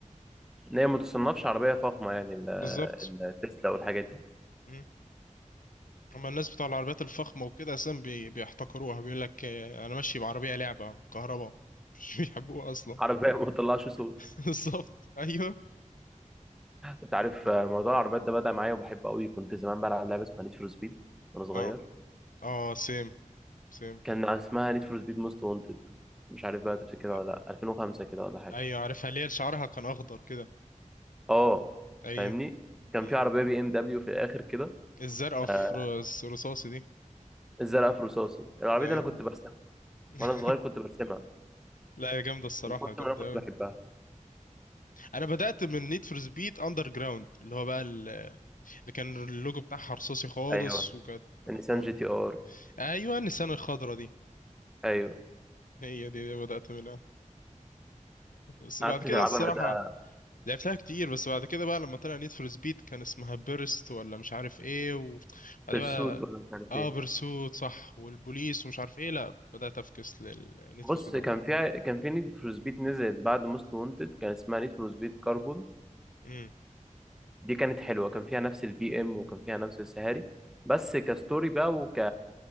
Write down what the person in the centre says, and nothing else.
هي ما تصنفش عربية فخمة يعني ال...
التسلا والحاجات دي
عربية <laughs> ما بتطلعش صوت
انت عارف آه، موضوع العربيات ده بدأ معايا وبحبه قوي كنت زمان بلعب لعبة اسمها نيد فور سبيد وانا صغير
كان اسمها نيد فور سبيد موست وانتد مش عارف بقى تفتكرها
ولا لا 2005 كده ولا حاجة
اه
فاهمني كان
في عربيه بي ام دبليو في الاخر كده
آه،
الزرقاء في رصاصي العربيه
دي انا كنت برسمها
وانا صغير كنت برسمها
من كتر
ما انا كنت
بحبها
ايوه
النيسان
جي تي ار
ايوه
قعدت
تلعبها
ده
بيرسوت
ولا مش عارف
ايه
بص
كان
في ع- كان في نيد فور سبيد نزلت بعد موست وانتد كان اسمها نيد فور سبيد كاربون
دي كانت حلوه كان فيها نفس البي ام وكان فيها نفس السهاري بس كستوري بقى وك